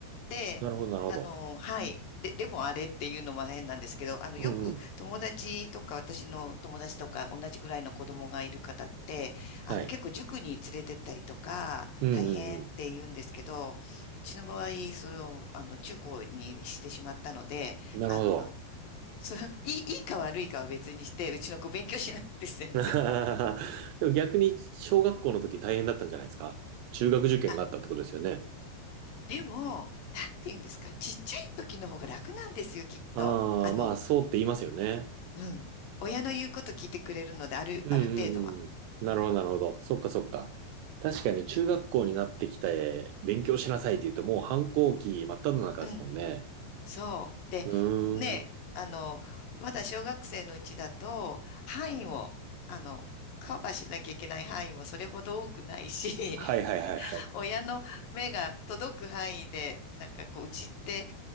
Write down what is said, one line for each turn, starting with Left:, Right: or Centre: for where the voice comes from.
Left: で、
Right: なるほど、なるほど。
Left: あの、はい。で、でもあれっていうのも変なんですけど、あの、よく友達とか、
Right: うんうん。
Left: 私の友達とか、同じぐらいの子供がいる方って、
Right: はい。
Left: あの、結構塾に連れてったりとか、
Right: うんうん
Left: 大変って言うんですけど、うちの場合、それを、あの、中高にしてしまったので、
Right: うん。なるほど。
Left: あの、そういい、いいか悪いかは別にして、うちの子勉強しないんです、全然。
Right: <laughs> でも逆に、小学校の時大変だったんじゃないですか中学受験があったってことですよね。
Left: <laughs> でも、なんて言うんですか、ちっちゃい時の方が楽なんですよ、きっと。
Right: ああ、
Left: あの、
Right: まあ、そうって言いますよね。
Left: うん。親の言うこと聞いてくれるので、ある、
Right: うんうんうん。
Left: ある程度は。
Right: なるほど、なるほど。そっかそっか。確かに中学校になってきて勉強しなさいって言うともう反抗期真っ只中ですもんね。
Left: うん。そう。で、
Right: うーん。
Left: ね、あの、まだ小学生のうちだと、範囲を、あの、カバーしなきゃいけない範囲もそれほど多くないし、
Right: はいはいはいはい。
Left: <laughs> 親の目が届く範囲で、なんかこう、うちって